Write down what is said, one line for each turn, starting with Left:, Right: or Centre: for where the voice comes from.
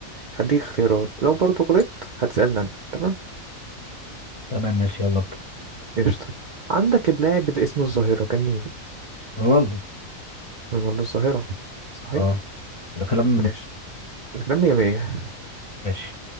Right: هديك اختيارات لو برضو غلطت هتسألني انا تمام
Left: تمام ماشي يلا ابدأ
Right: قشطة عندك اللاعب اللي اسمه الظاهرة كان مين
Left: رونالدو
Right: رونالدو الظاهرة صحيح
Left: اه ده كلام
Right: ماشي الكلام مية مية
Left: ماشي